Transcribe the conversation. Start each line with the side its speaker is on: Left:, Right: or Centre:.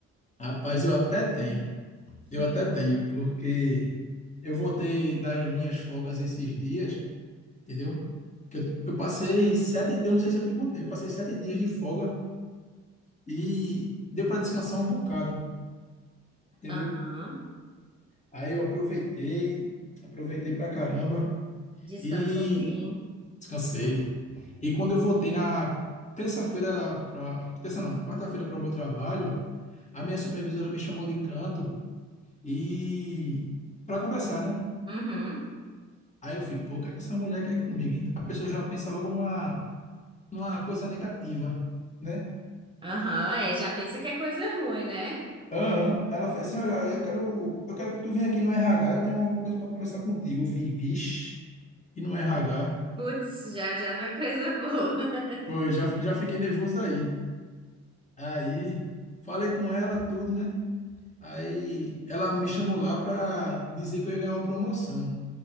Left: Rapaz, eu até tenho, eu
Right: Me
Left: até tenho,
Right: conta.
Left: porque eu voltei das minhas folgas esses dias, entendeu? Que eu, eu passei sete, eu não sei se eu te contei, eu passei sete dias de folga e deu para descansar um bocado, entendeu?
Right: Aham.
Left: Aí eu aproveitei, aproveitei pra caramba
Right: Descansou
Left: e
Right: bem.
Left: descansei. E quando eu voltei na terça-feira para, terça não, quarta-feira para o meu trabalho, a minha supervisora me chamou de canto e para conversar, né?
Right: Uhum.
Left: Aí eu fui, pô, o que é que essa mulher quer comigo, hein? A pessoa já pensa logo numa, numa coisa negativa, né?
Right: Aham, é, já pensa que é coisa ruim, né?
Left: Aham. Ela fez assim, olha, eu quero, eu quero que tu venha aqui no RH, eu tenho alguma coisa para conversar contigo. Eu fui, vixe, e no RH,
Right: Putz, já já não é coisa boa. <laughs>
Left: foi, já, já fiquei nervoso daí. Aí, falei com ela, tudo, né? Aí ela me chamou lá para dizer que eu ia ganhar uma promoção.